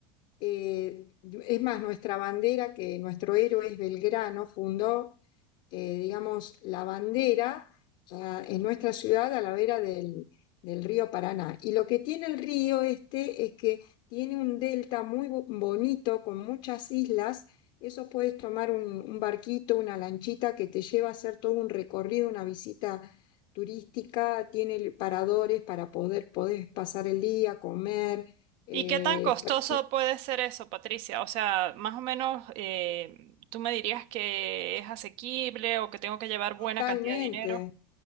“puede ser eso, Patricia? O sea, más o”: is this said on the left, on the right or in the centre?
Right